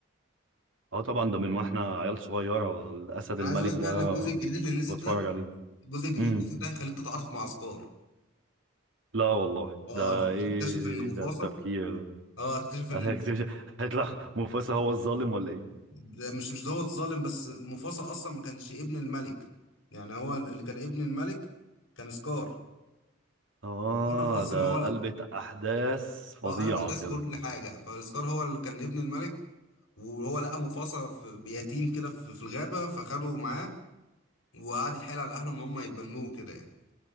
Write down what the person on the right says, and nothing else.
اه طبعا ده من واحنا عيال صغيره الاسد
الملك
ده
كنت
بتفرج عليه
امم
لا والله
ده
ايه
ده,
ده, ده التفكير ده
<laughs> هيكتشف-
هيطلع مفاسا هو الظالم ولا ايه
اه
ده
قلبة احداث فظيعة
كده